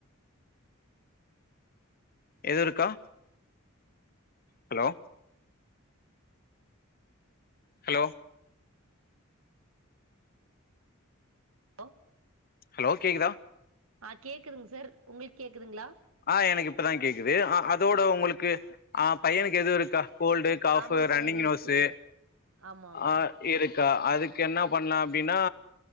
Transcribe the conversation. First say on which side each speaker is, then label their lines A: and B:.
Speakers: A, on the left; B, on the right.
A: எது இருக்கா ஹலோ ஹலோ
B: லோ
A: ஹலோ கேக்குதா
B: ஆ கேக்குதுங் சார் உங்களுக்கு கேக்குதுங்களா
A: ஆ எனக்கு இப்பதா கேக்குது அ அதோட உங்களுக்கு ஆ பையனுக்கு எது இருக்கா கோல்டு காஃப்
B: ஆமா
A: ரன்னிங்
B: சார். இருக்கு
A: நோஸ்சு
B: சார். ஆமாமா.
A: அ இருக்கா அதுக்கு என்ன பண்ணலா அப்டின்னா